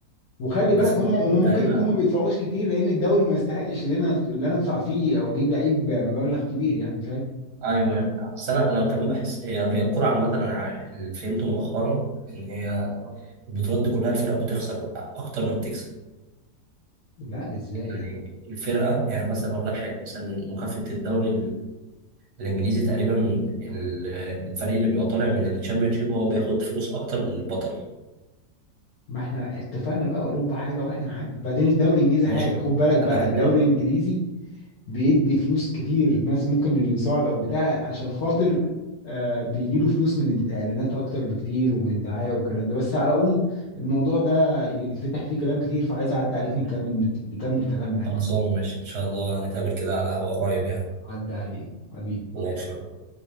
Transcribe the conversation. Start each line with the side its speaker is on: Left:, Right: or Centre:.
Left: وخلي بالك
Right: بس انت
Left: هم هم ممكن
Right: هنا
Left: يكونوا ما بيدفعوش كتير لان الدوري ما يستحقش ان انا اللي انا ادفع فيه او اجيب لعيب بمبلغ كبير يعني فاهم
Right: ايوه ايوه بس انا انا كمان بحس هي هي الكوره عامه انا ع- اللي فهمته مؤخرا ان هي البطولات دي كلها الفرق بتخسر اكتر ما بتكسب
Left: لا ازاي
Right: يعني
Left: يعني
Right: الفرقه يعني مثلا هقول لك حاجه مثلا مكافاه الدوري الانجليزي تقريبا ال- الفريق اللي بيبقى طالع من الشامبيونشيب هو بياخد فلوس اكتر من البطل
Left: ما احنا اتفقنا بقى اوروبا حاجه واحنا حاجه بعدين الدوري الانجليزي
Right: ماشي
Left: حاجه خد بالك بقى
Right: هبقى اكلمك
Left: الدوري الانجليزي بيدي فلوس كتير مثلا ممكن للي صعد او بتاع عشان خاطر آه بيجي له فلوس من الاعلانات اكتر بكتير ومن الدعايه والكلام ده بس على العموم الموضوع ده يفتح فيه كلام كتير فعايز اعدي عليك نتكلم نكمل كلامنا يعني
Right: خلصانه ماشي ان شاء الله نتقابل كده على قهوه قريب يعني
Left: عدى عليك حبيبي
Right: ماشي